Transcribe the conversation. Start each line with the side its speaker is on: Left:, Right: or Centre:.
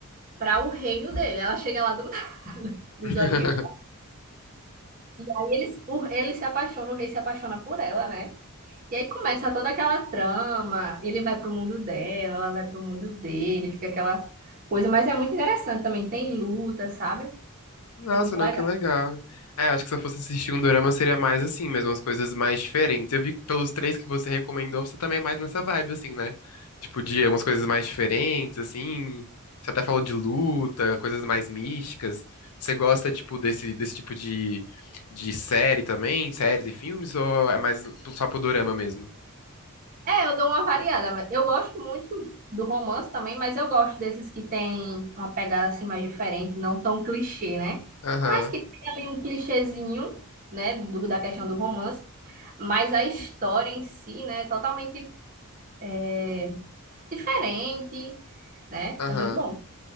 Right: para o reino dele. Ela chega lá do <laughs> desorienta.
Left: <laughs>
Right: E aí eles, o- ele se apaixona, o rei se apaixona por ela, né? E aí começa toda aquela trama. Ele vai pro mundo dela, ela vai pro mundo dele, fica aquela coisa, mas é muito interessante também. Tem luta, sabe?
Left: Nossa,
Right: É muito
Left: não,
Right: legal.
Left: que legal. É, acho que se eu fosse assistir um dorama seria mais assim, mesmo as coisas mais diferentes. Eu vi que pelos três que você recomendou, você também é mais nessa vibe, assim, né? Tipo, de umas coisas mais diferentes, assim. Você até falou de luta, coisas mais místicas. Você gosta, tipo, desse, desse tipo de, de série também? Séries e filmes? Ou é mais só pro dorama mesmo?
Right: É, eu dou uma variada, mas eu gosto muito do romance também, mas eu gosto desses que tem uma pegada assim mais diferente, não tão clichê, né?
Left: Aham,
Right: Mas que tem ali um clichêzinho, né, do- da questão do romance, mas a história em si, né, é totalmente é, diferente, né?
Left: aham.
Right: É muito bom.